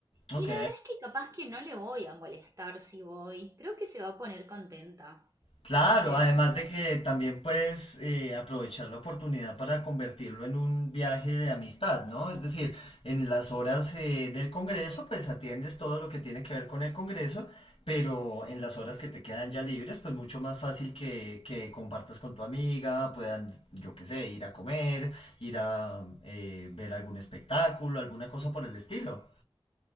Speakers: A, on the left; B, on the right.
A: Ok.
B: Y la verdad es que capaz que no le voy a molestar si voy. Creo que se va a poner contenta.
A: Claro,
B: ¿Vos qué
A: además
B: decís?
A: de que también puedes eh, aprovechar la oportunidad para convertirlo en un viaje de amistad, ¿no? Es decir, en las horas eh, del Congreso, pues atiendes todo lo que tiene que ver con el Congreso, pero en las horas que te quedan ya libres, pues mucho más fácil que, que compartas con tu amiga, puedan, yo qué sé, ir a comer, ir a eh, ver algún espectáculo, alguna cosa por el estilo.